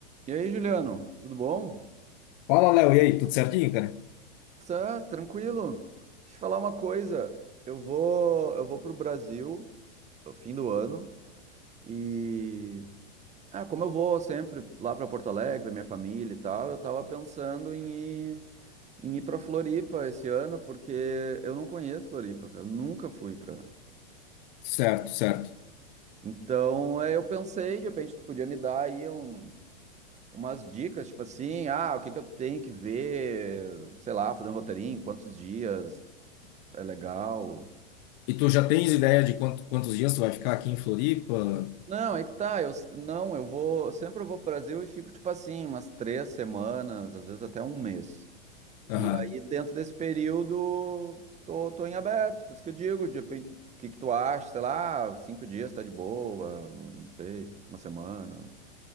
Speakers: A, on the right; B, on the left.
A: E aí, Juliano, tudo bom?
B: Fala, Léo, e aí, tudo certinho, cara?
A: Tá, tranquilo. Deixa eu te falar uma coisa. Eu vou, eu vou pro Brasil no fim do ano e ah, como eu vou sempre lá para Porto Alegre, ver minha família e tal, eu tava pensando em ir, em ir para Floripa esse ano porque eu não conheço Floripa, cara. Eu nunca fui pra.
B: Certo, certo.
A: Então, é, eu pensei, de repente tu podia me dar aí um umas dicas, tipo assim, ah, o que que eu tenho que ver, sei lá, fazer um roteirinho, quantos dias É legal.
B: E tu já tens ideia de quanto- quantos dias tu vai ficar aqui em Floripa?
A: Não, é que tá. Eu, s- não, eu vou. Sempre eu vou pro Brasil e fico, tipo assim, umas três semanas, às vezes até um mês.
B: Aham.
A: E aí, dentro desse período, tô, tô em aberto. Por isso que eu digo, de repente, o que que tu acha? Sei lá, cinco dias tá de boa, não sei, uma semana.